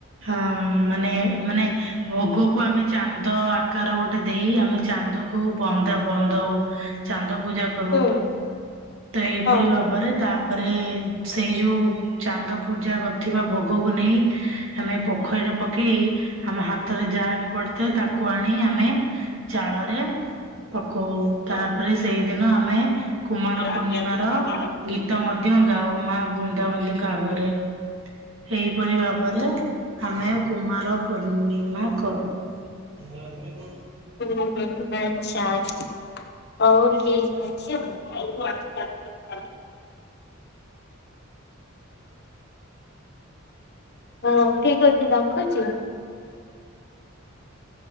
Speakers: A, on the right; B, on the left.
A: ଅମ ମାନେ ମାନେ ଭୋଗକୁ ଆମେ ଚାନ୍ଦ ଆକାର ଗୋଟେ ଦେଇ ଆମେ ଚାନ୍ଦକୁ ବନ୍ଦା ବନ୍ଦଉ ଚାନ୍ଦ ପୂଜା କରୁ
B: ହୁଁ
A: ତ ଏଇପରି
B: ହଁ
A: ଭାବରେ ତା ପରେ ସେଇ ଯୋଉ ଚାନ୍ଦ ପୂଜା କରିଥିବା ଭୋଗକୁ ନେଇ ଆମେ ପୋଖରୀରେ ପକେଇ ଆମ ହା ତ ରେ ଯାହା ବି ପଡିଥାଏ ତାକୁ ଆଣି ଆମେ ଚାଳରେ। ପକଉ
B: ହଁ।
A: ତାପରେ ସେଇଦିନ ଆମେ କୁମାର
B: ଆଚ୍ଛା
A: ପୂର୍ଣ୍ଣିମା ର ଗୀତ ମଧ୍ୟ ଗାଉ ମା ବୃନ୍ଦାବତୀଙ୍କ ଆଗରେ। ଏହିପରି ଭାବରେ ଆମେ କୁମାର ପୂର୍ଣ୍ଣିମା କରୁ। <inaudible>
B: ହୁଁ ହୁଁ ଆଚ୍ଛା ଆ ହଉ ଠିକ୍ ଅଛି ଆଉ। ହଉ ଠିକ ଅଛି ରଖୁଛି।